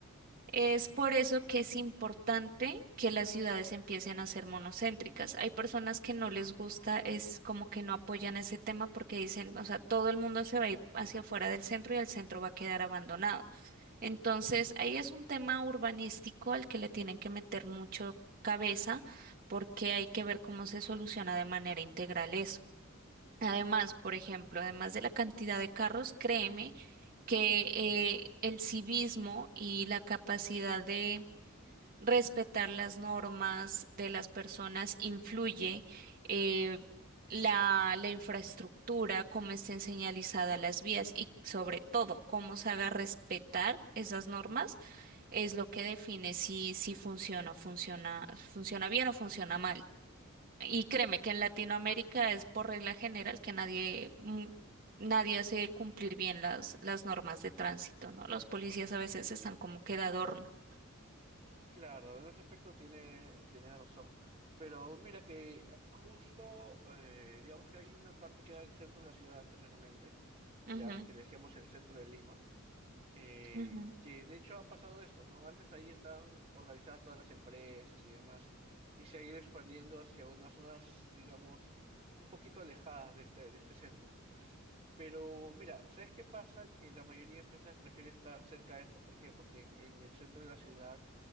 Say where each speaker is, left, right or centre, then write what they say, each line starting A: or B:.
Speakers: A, on the right; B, on the right.
A: Es por eso que es importante que las ciudades empiecen a ser monocéntricas. Hay personas que no les gusta, es como que no apoyan ese tema porque dicen, o sea, todo el mundo se va a ir hacia afuera del centro y el centro va a quedar abandonado. Entonces, ahí es un tema urbanístico al que le tienen que meter mucho cabeza porque hay que ver cómo se soluciona de manera integral eso. Además, por ejemplo, además de la cantidad de carros, créeme que eh, el civismo y la capacidad de respetar las normas de las personas influye eh, la, la infraestructura, cómo estén señalizadas las vías y sobre todo cómo se haga respetar esas normas es lo que define si, si funciona, funciona, funciona bien o funciona mal. Y créeme que en Latinoamérica es por regla general que nadie, mm, nadie hace cumplir bien las, las normas de tránsito, ¿no? Los policías a veces están como que de adorno.
B: Claro, en ese aspecto tiene, tiene razón. Pero mira que eh, justo, eh, digamos que hay una parte que era el centro de la ciudad anteriormente, ya
A: Ujú,
B: que le decíamos el centro de Lima eh,
A: ujú.
B: que de hecho ha pasado esto, ¿no? Antes ahí estaban organizadas todas las empresas y demás, y se ha ido expandiendo hacia unas zonas, digamos, un poquito alejadas de este, de este centro. Pero mira, ¿sabes qué pasa? Que la mayoría de empresas prefiere estar cerca de esto, ¿por qué? Porque en, en el centro de la ciudad,